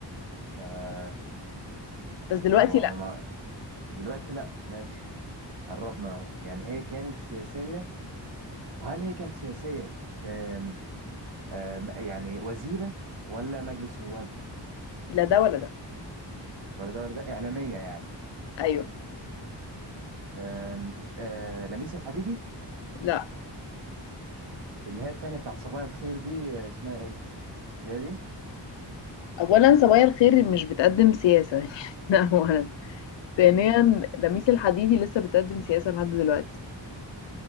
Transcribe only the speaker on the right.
آه...
هو
مع... دلوقتي لا ماشي قربنا اهو يعني هي كانت سياسية وهل هي كانت سياسية في آم... آم، يعني وزيرة ولا مجلس نواب
ولا ده ولا ده إعلامية يعني
آم، اس- آه، لميس الحديدي
اللي هي التانية بتاعت صبايا الخير دي آه، اسمها ايه؟ هي دي؟